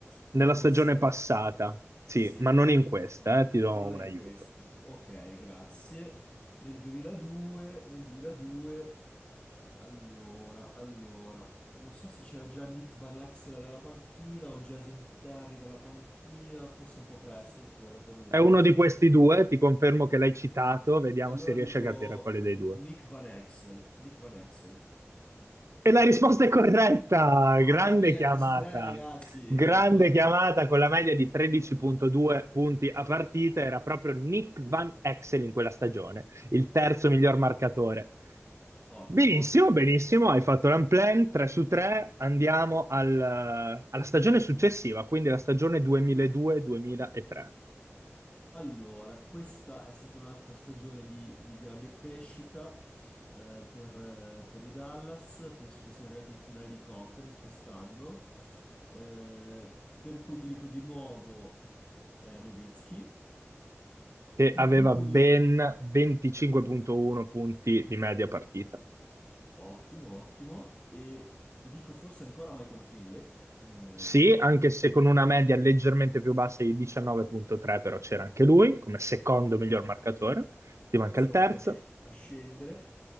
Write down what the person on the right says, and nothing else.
Nella stagione
passata, sì,
ma non in questa, eh, ti do
un
aiuto.
È uno di questi due, ti confermo che l'hai citato, vediamo
se riesci
a capire quale dei due.
E la risposta è corretta!
Grande
chiamata!
Grande
chiamata
con la media di 13.2 punti a partita, era proprio Nick Van Exel in quella stagione, il terzo miglior marcatore.
Benissimo,
benissimo, hai fatto l'unplanned 3 su 3, andiamo al- alla stagione successiva, quindi la stagione 2002-2003,
che
aveva
ben
25.1 punti di media partita.
Sì, anche
se con una media leggermente più bassa di 19.3, però c'era anche lui come secondo
miglior marcatore, ti
manca il terzo.